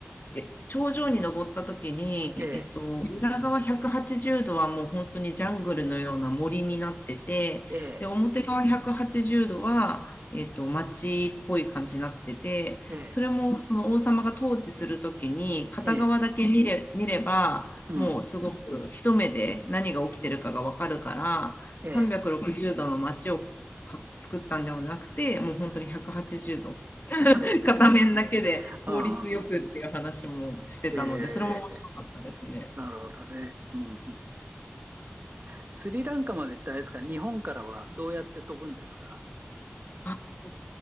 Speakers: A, on the left; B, on the right.
A: え、頂上に登った時に、
B: ええ、
A: えっと、裏側180度はちじゅうどはもう本当にジャングルのような森になってて、
B: ええ、
A: で、表側180度はちじゅうどは、えっと、町っぽい感じになってて、
B: ええ、
A: それもその王様が統治する時に、片側だけ見れ、
B: ええ、
A: 見れば、
B: うん。
A: もうすごく一目で何が起きてるかがわかるから、
B: ええ、
A: 360度の町をか作ったんではなくて、もう本当に180
B: なるほどね。
A: 片面だけで効率よくっていう話もしてたので、
B: ああ、ええ、
A: それも面白かったですね。
B: なるほどね。うん、うん、うん。スリランカまでってあれですか、日本からはどうやって飛ぶんですか
A: あ、ど